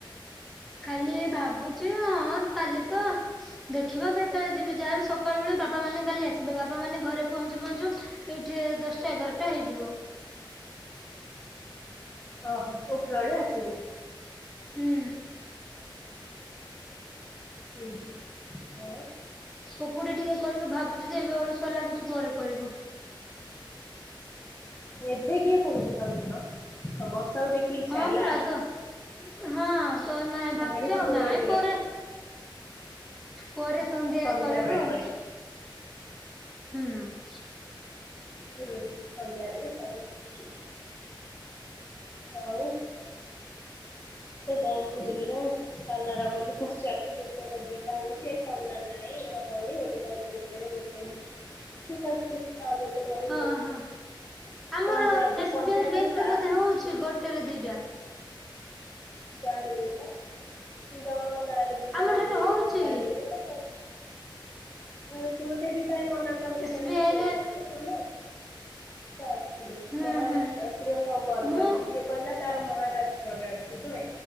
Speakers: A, in the centre; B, on the left.
A: କାଲି ଭାବୁ ଭାବୁଛି ହଁ କାଲି ତ ଦେଖିବା କେତେ ଯିବେ ଯାହାବି ସକାଳୁ ବେଳେ ବାପା ମାନେ କାଲି ଆସିବେ ବାପା ମାନେ ଘରେ ପହଞ୍ଚୁ ପହଞ୍ଚୁ ଏଇଠି ଦଶଟା ଏଗାରଟା ହେଇଯିବ
B: ଓହୋ ଉପରଓଳି ଆସିବୁ
A: ହୁଁ
B: ଉଁ ହୁଁ ହଁ
A: ପୋକୁଡି ଟିକେ କରିବି ଭାବୁଛି ଯେ ଏତେ ଅଳସୁଆ ଲାଗୁଛି ପରେ କରିବ
B: ଏବେ କିଏ ପକୁଡି ହେଉଛି ବା ଆଉ ବର୍ଷା ସବୁ ଦେଖି ଇଚ୍ଛା
A: ହଁ
B: ହେଲା
A: ପରା ତ ହଁ ତ ନାଇଁ
B: ଆମର
A: ଭାବୁଛୁ
B: ଆଡେ
A: ଆଉ
B: ଖୋଳିଲେ
A: ନାଇଁ
B: ବିର
A: ପରେ ପରେ ସନ୍ଧ୍ୟାରେ
B: ସନ୍ଧ୍ୟା
A: କରିବୁ
B: ବେଳେ
A: ଆଉ ହୁଁ <inaudible>
B: ହୁଁ ସନ୍ଧ୍ୟା ହେଲୁ ଖାଇ ଆଉ ତ ବ୍ୟାଙ୍କ ଖୋଜିଲୁ ଜାଣିଛୁ କାନାରା ଗଲୁ ପଚାରିଲୁ ଗୋଟେ ଦିଟା ହଉଛି ଏକାଉଣ୍ଟ ନା ନାଇଁ ହବନି ବୋଲି କହିଲେ ଗୋଟେରେ ଗୋଟେ ଠିକ ଅଛି। ଆଉ ଗୋଟେ କରୁ
A: ହଁ ହଁ ଆମର
B: ପଞ୍ଜାବ ଯେ
A: ଏସ
B: ପଞ୍ଜାବରେ
A: ବି ଆଇ ବ୍ୟାଙ୍କରେ
B: ଷ୍ଟାଫ
A: ବୋଧେ ହଉଛି ଗୋଟେରେ ଦିଇଟା
B: ଜାଣିନି ତ ଜଣଙ୍କ ର ନାଁରେ ଦିଟା
A: ଆମ
B: ହଉଛିକି
A: ଠାରୁ ହଉଛି
B: ନାଇଁ ମୁଁ ଜାଣିନି ତ କହୁ? ଆଉ ଏମିତି ଗୋଟେ ଦି ଦିଟା ମନା କଲେ
A: ଏସ୍
B: କେ ଆଣ
A: ବି ଆଇ
B: କୋଉ ବ୍ୟାଙ୍କ ରେ କଣ ତ ଆସିଲୁ
A: ହୁଁ
B: ମହାରାଷ୍ଟ
A: ହୁଁ
B: ପ୍ରିୟଙ୍କା କୁ କଲ
A: ମୁଁ
B: କଲି ସିଏ କହିଲା ତାର ମହାରାଷ୍ଟ୍ରରେ ଅଛି ଶୁଣେ